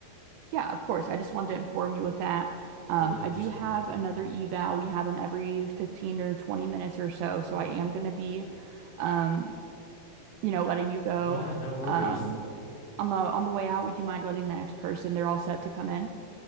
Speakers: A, on the right; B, on the left.
A: Yeah, of course. I just wanted to inform you with that. Um,
B: Totally
A: I
B: understand.
A: do have another eval. We have them every 15 or 20 minutes or so. So
B: Mm-hmm.
A: I am going to be, um, you know, letting you go.
B: Yeah. No worries.
A: Um, on the on the way out, would you mind letting the next person? They're all set to come in.